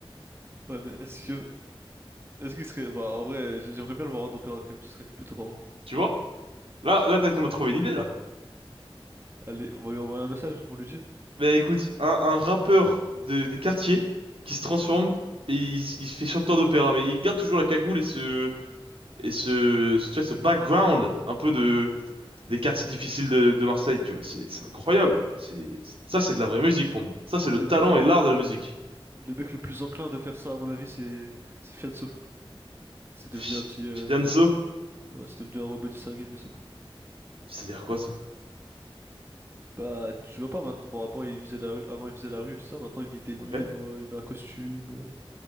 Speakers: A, on the right (about 25°); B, on the right (about 70°).
A: Ouais, mais est-ce que. Est-ce qu'il serait. Bah, en vrai, j- j'aimerais bien le voir en opéra quand même, ce serait plutôt marrant.
B: tu vois. Là, là peut-être qu'on a trouvé une idée là.
A: Allez, on va lui envoyer un message, on lui dit.
B: Ben écoute, un, un rappeur de- des quartiers qui se transforme et il, s- il se fait chanteur d'opéra, mais il garde toujours la cagoule et ce et ce, ce- tu vois, ce background un peu de des quartiers difficiles de, de Marseille, tu vois, c'est c'est incroyable. C'est ça,
A: Le
B: c'est de la vraie musique pour moi. Ça, c'est
A: le
B: le talent
A: mec le plus,
B: et l'art de la musique.
A: le mec le plus enclin de faire ça, à mon avis, c'est. C'est Fianso. C'est
B: Fi-
A: devenu un petit. euh,
B: Fianzo,
A: ouais, c'est devenu un robot distingué, lui, c'est bon.
B: c'est-à-dire quoi ça?
A: Bah, tu vois pas maintenant. Bon, avant, il faisait la rue, avant, il faisait la rue, tout ça. Maintenant, il lit des livres,
B: Ok.
A: euh, il met un costume, euh,